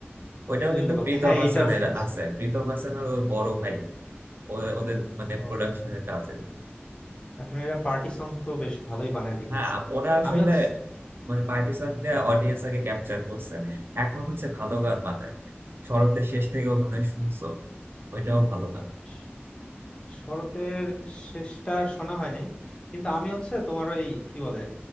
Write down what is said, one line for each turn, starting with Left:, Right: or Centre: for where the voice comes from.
Right: ওইটাও
Left: দুই
Right: কিন্তু
Left: লোকাল
Right: প্রীতম
Left: হ্যাঁ
Right: হাসানের
Left: এটাও শুনছে
Right: আছে প্রীতম হাসানের ওর বড় ভাই ও- ওদের মানে
Left: তো
Right: প্রোডাকশনের কাজ
Left: তার মানে এরা পার্টি সং তো বেশ ভালোই বানায় দেখতেছি
Right: হ্যাঁ ওরা আসলে
Left: আমি হচ্ছে
Right: মানে পার্টিশন দিয়ে অডিয়েন্স আগে ক্যাপচার করছে এখন হচ্ছে ভালো গান বানায় শরতের শেষ থেকেও মানে শুনছো ওইটাও ভালো গান
Left: শ- শরতের শেষটা শোনা হয় নাই কিন্তু আমি হচ্ছে তোমার ওই কি বলে